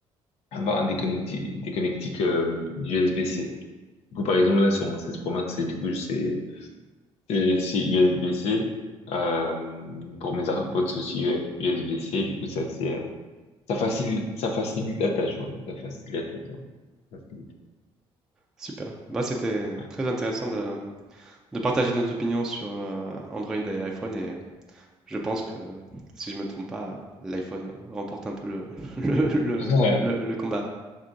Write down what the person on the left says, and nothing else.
avoir des connectiques, des connectiques, euh, USB-C. Du coup, par exemple, là, sur mon 16 Pro Max, c'est, du coup, c'est Et c'est USB-C. Euh, pour mes AirPods c'est aussi ouais, USB-C. Du coup, ça c'est euh, ça facilite ça facilite la tâche, ouais. Ça facilite la tâche. ouais. Ça facilite.
Ouais. <laughs>
Ouais,